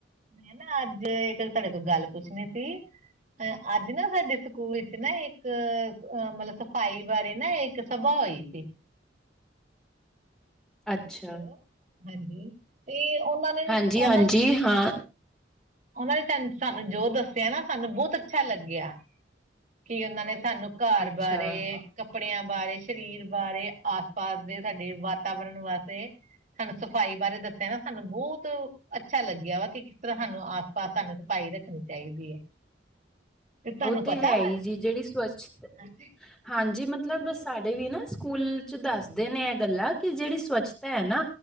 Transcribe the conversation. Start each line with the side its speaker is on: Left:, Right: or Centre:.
Right: ਮੈਂ ਨਾ ਅੱਜ ਇੱਕ ਤੁਹਾਡੇ ਕੋਲ ਗੱਲ ਪੁੱਛਣੀ ਸੀ। ਅ ਅੱਜ ਨਾ ਸਾਡੇ ਸਕੂਲ ਵਿੱਚ ਨਾ ਇੱਕ ਅ ਮਤਲਬ ਸਫਾਈ ਬਾਰੇ ਨਾ ਇੱਕ ਇੱਕ ਸਭਾ ਹੋਈ ਸੀ।
Centre: ਅੱਛਾ
Right: ਹੈਲੋ ਹਾਂਜੀ, ਤੇ ਉਹਨਾਂ ਨੇ
Centre: ਹਾਂਜੀ
Right: ਉਹਨਾਂ
Centre: ਹਾਂਜੀ ਹਾਂ
Right: ਉਹਨਾਂ ਨੇ ਸਾਨੂੰ ਜੋ ਦੱਸਿਆ ਨਾ, ਸਾਨੂੰ ਬਹੁਤ ਅੱਛਾ ਲੱਗਿਆ। ਕਿ ਉਹਨਾਂ ਨੇ ਸਾਨੂੰ ਘਰ
Centre: ਅੱਛਾ
Right: ਬਾਰੇ, ਕੱਪੜਿਆਂ ਬਾਰੇ, ਸਰੀਰ ਬਾਰੇ, ਆਸ- ਪਾਸ ਦੇ ਸਾਡੇ ਵਾਤਾਵਰਨ ਵਾਤੇ। ਸਾਨੂੰ ਸਫ਼ਾਈ ਬਾਰੇ ਦੱਸਿਆ ਨਾ ਸਾਨੂੰ ਬਹੁਤ ਅੱਛਾ ਲੱਗਿਆ ਵਾ ਕਿ ਕਿਸ ਤਰਾਂ ਸਾਨੂੰ ਆਸ- ਪਾਸ ਸਾਨੂੰ ਸਫਾਈ ਰੱਖਣੀ ਚਾਹੀਦੀ ਹੈ। ਤੁਹਾਨੂੰ
Centre: ਉਹ
Right: ਪਤਾ
Centre: ਤੇ ਹੈ
Right: ਵਾ
Centre: ਹੀ ਜੀ, ਜਿਹੜੀ ਸਵੱ
Right: ਹਾਂਜੀ
Centre: ਹਾਂਜੀ ਮਤਲਬ ਸਾਡੇ ਵੀ ਨਾ ਸਕੂਲ ਚ ਦੱਸਦੇ ਨੇ ਇਹ ਗੱਲਾਂ ਕਿ ਜਿਹੜੀ ਸਵੱਛਤਾ ਹੈ ਨਾ।